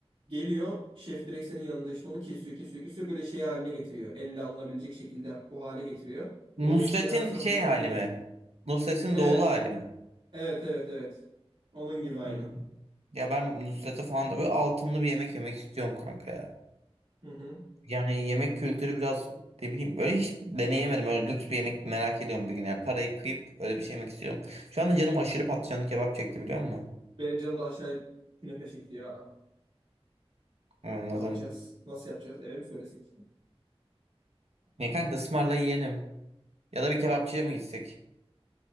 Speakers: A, on the right; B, on the right.
A: Geliyor şef direkt senin yanında işte onu kesiyor kesiyor kesiyor böyle şey haline getiriyor. Elle alınabilecek şekilde o hale getiriyor.
B: Nusret'in
A: Onu ekmeğin arasına
B: şey
A: vuruyorsun
B: hali
A: yiyorsun.
B: mi? Nusret'in
A: Evet
B: doğulu hali mi?
A: evet evet evet. Onun gibi aynı.
B: Anladım. Ya ben Nusret'e falan da böyle altınlı bir yemek yemek istiyorum kanka ya.
A: Hı hı.
B: Yani yemek kültürü biraz ne bileyim böyle hiç deneyemedim. Öyle lüks bir yemek merak ediyorum bir gün. Yani parayı kıyıp öyle bir şey yemek istiyorum. Şu anda canım aşırı patlıcanlı kebap çekti biliyor musun?
A: Benim canım da aşağıya künefe çekti ya.
B: Anladım.
A: Ne yapacağız? Nasıl yapacağız? Eve mi söylesek?
B: Ne kanka ısmarla yiyelim. Ya da bir kebapçıya mı gitsek?